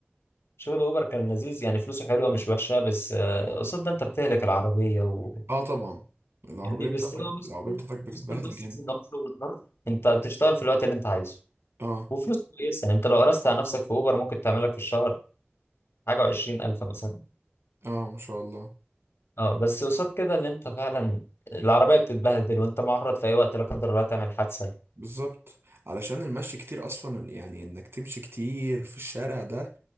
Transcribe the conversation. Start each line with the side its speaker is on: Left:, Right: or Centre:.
Left: شغل اوبر كان لذيذ يعني فلوسه حلوه مش وحشه بس آه، قصاد ده انت بتهلك العربيه و...
Right: اه طبعا العربيه
Left: يعني بس
Right: بتاعتك
Left: هو مستو
Right: العربيه بتاعتك بتتبهدل
Left: مستو بس
Right: جامد
Left: ان هو شغل حر انت بتشتغل في الوقت اللي انت عايزه
Right: اه
Left: وفلوس كويسه يعني انت لو قرست على نفسك في اوبر ممكن تعمل لك في الشهر حاجه و20000 مثلا
Right: اه ما شاء الله
Left: اه بس قصاد كده اللي انت فعلا العربية بتتبهدل وانت معرض في اي وقت لا قدر الله تعمل حادثة
Right: بالظبط علشان المشي كتير اصلا يعني انك تمشي كتير في الشارع ده